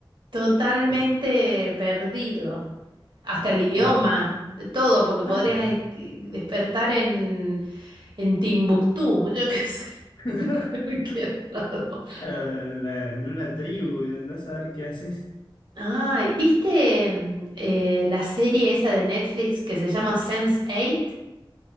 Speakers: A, on the right; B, on the left.
A: totalmente
B: es-
A: perdido. Hasta el idioma,
B: ya,
A: de todo, porque
B: claro.
A: podrías eh, despertar en, en Timbuktu, <laughs> yo qué sé,
B: <laughs>
A: <laughs> en cualquier lado.
B: Claro, en la- en una tribu, y andás a ver qué haces.
A: Ay, ¿viste mm, eh, la serie esa de Netflix que se llama sense Eight